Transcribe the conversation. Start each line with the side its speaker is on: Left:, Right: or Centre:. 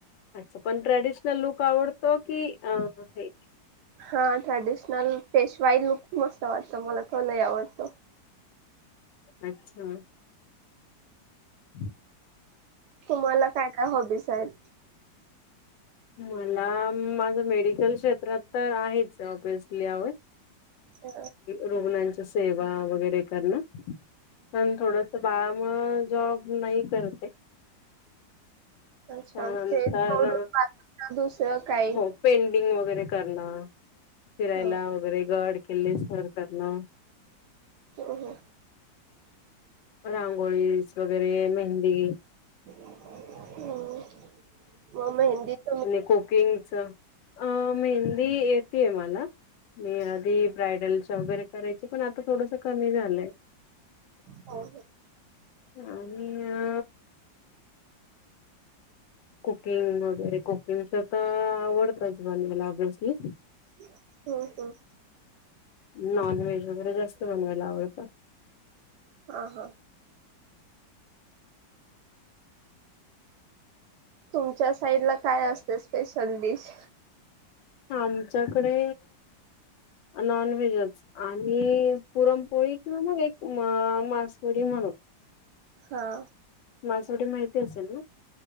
Left: अच्छा पण ट्रॅडिशनल लुक आवडतो की अ हे
Right: हा ट्रेडिशनल पेशवाई लुक मस्त वाटतो, मला तो लय आवडतो.
Left: अच्छा. <unintelligible>
Right: तुम्हाला काय काय हॉबीस आहेत?
Left: मला माझं मेडिकल क्षेत्रात तर आहेच ऑबीयसली आवड
Right: अ
Left: रुग्णांची सेवा वगैरे करणं पण थोडं त बाळामूळ जॉब नाही करत ये.
Right: अच्छा
Left: त्यानंतर
Right: ते सोडून बाकीचं दुसरं काही
Left: हो पेंटिंग वगैरे करणं, फिरायला
Right: ह
Left: वगैरे गड केिल्ले सर करणं.
Right: हूं हूं
Left: रांगोळीस वगैरे मेहंदी
Right: हम्म म मेहंदीत
Left: आणि कुकिंगच अह मेहंदी येतेय मला मी आधी ब्रायडलच्या वगैरे करायची पण आता थोडसं कमी झालंय.
Right: हो
Left: आणि अ कुकिंग वगैरे कुकिंगच, तर आवडतच बनवायला ऑब्यसली
Right: हम्म हम्म.
Left: नॉनव्हेज वगैरे जास्त बनवायला आवडत.
Right: आ हा. तुमच्या साइडला काय असते स्पेशल डिश?
Left: आमच्याकडे नॉनव्हेजच आणि पुरणपोळी किंवा मग एक म मासवडी म्हणून
Right: हा.
Left: मासवडी माहिती असेल ना?